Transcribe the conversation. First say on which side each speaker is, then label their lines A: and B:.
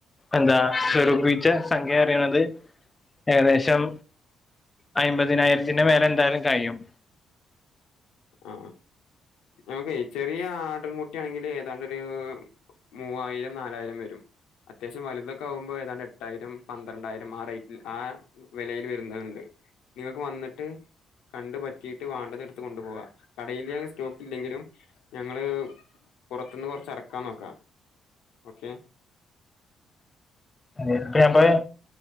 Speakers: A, on the left (about 20°); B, on the left (about 85°).
A: എന്താ സ്വരൂപിച്ച സംഖ്യറിണത് ഏകദേശം അയ്മ്പതിനായിരത്തിന്റെ മേലെന്തായാലും കയും
B: ആഹ് അഹ് ഇങ്ങക്ക് ചെറിയ ആട്ടും കുട്ടിയാണെങ്കില് ഏതാണ്ടൊരു മൂവായിരം നാലായിരം വരും അത്യാവശ്യം വലുതൊക്കെ ആകുമ്പോൾ ഏതാണ്ട് എട്ടായിരം പന്ത്രണ്ടായിരം ആഹ് റേറ്റിൽ ആഹ് വെലയിൽ വെരുന്നെണ്ട് നിങ്ങൾക്ക് വന്നിട്ട് കണ്ട് പറ്റിയിട്ട് വാണ്ടതെടുത്ത് കൊണ്ടു പോവാ കടയില് സ്റ്റോക്ക് ഇല്ലെങ്കിലും ഞങ്ങള് പൊറത്തിന്ന് കൊറച്ച് എറക്കാൻ നോക്കാം ഓക്കെ
A: അ ഇപ്പ ഞപ്പൊ